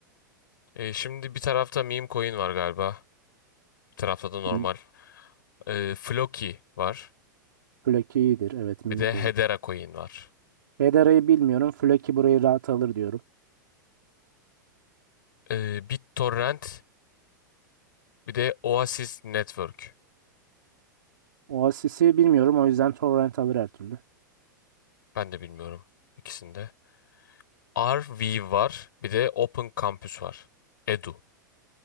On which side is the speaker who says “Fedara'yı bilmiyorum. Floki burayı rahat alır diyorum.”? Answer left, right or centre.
Right